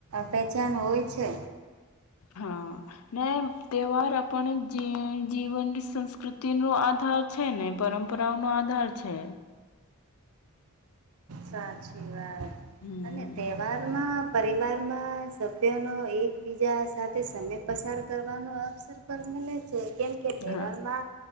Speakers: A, on the right; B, on the left.
A: પહેચાન હોય છે.
B: હ ને તહેવાર આપણને જ જીવનની સંસ્કૃતિનો આધાર છે, ને પરંપરાઓનો આધાર છે.
A: સાચી વાત
B: હમ
A: અને તહેવાર માં પરિવારમાં સભ્યનો એકબીજા સાથે સમય પસાર કરવાનો અ પર મલે છે કેમ કે તહેવારમાં
B: હા.